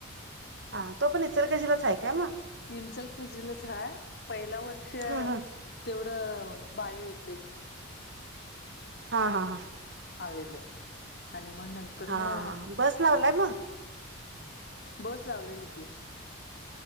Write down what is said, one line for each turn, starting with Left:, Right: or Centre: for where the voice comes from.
Right: हा तो पण इतर कशीीलाच आहेय काय मग
Left: हिंचलखेर जिलच हय पहिला वर्ष
Right: हम्म हम्म
Left: तेवढं बाहे येते
Right: हा हा हा
Left: आलेलं आणि मग नंतर
Right: हा
Left: ना
Right: हा बस लावलाय मग
Left: बस लावलेल की